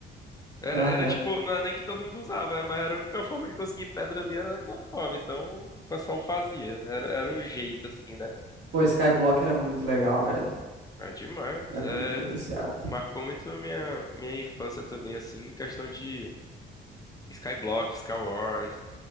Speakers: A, on the left; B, on the right.
A: Era,
B: Aham.
A: era tipo, não era nem que todo mundo usava, mas era a única forma de conseguir pedra ali era daquela forma. Então o pessoal fazia. Era, era o jeito, assim, né?
B: Pô, Skyblock era muito legal, velho.
A: É demais.
B: Era bem
A: É,
B: diferenciado.
A: marcou muito minha, minha infância também, assim, em questão de Skyblock, Skywars.